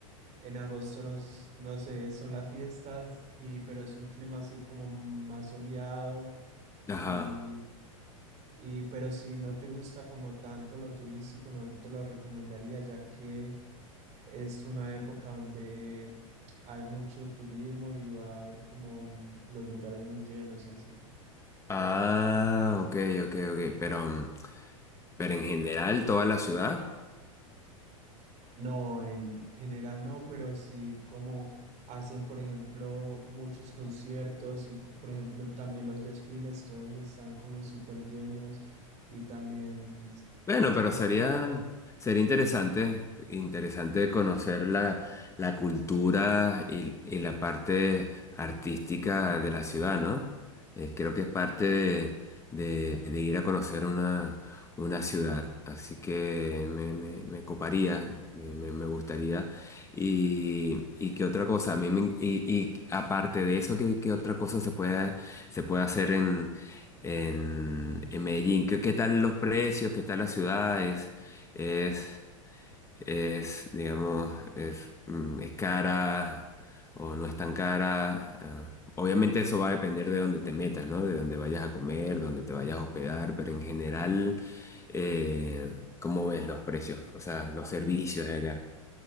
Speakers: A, on the right (about 40°); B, on the left (about 15°).
A: En agosto nos, no sé, son las fiestas y pero es un clima así como más soleado y,
B: Ajá.
A: y pero si no te gusta como tanto lo turístico, no te lo recomendaría ya que es una época donde hay mucho turismo y va a haber como los lugares muy llenos y así.
B: Ah, ok, ok, ok. Pero, mm, pero en general, toda la ciudad.
A: No, en general no, pero sí como hacen, por ejemplo, muchos conciertos y, co- por ejemplo, también los desfiles, todos están como súper llenos y también
B: Bueno,
A: es,
B: pero sería, sería interesante, interesante conocer la, la cultura y, y la parte artística de la ciudad, ¿no? Eh, creo que es parte de, de- de ir a conocer una, una ciudad, así que me, me, me coparía, me, me- me gustaría. Y, y qué otra cosa, a mí me- y, y aparte de eso, ¿qué, qué otra cosa se puede, se puede hacer en, en Medellín. ¿Qué, qué tal los precios? ¿Qué tal las ciudades? ¿Es, es, digamos, es, mm, es cara o no es tan cara? Ah, obviamente eso va a depender de dónde te metas, ¿no? De dónde vayas a comer, dónde te vayas a hospedar, pero en general, eh, ¿cómo ves los precios? O sea, los servicios de allá.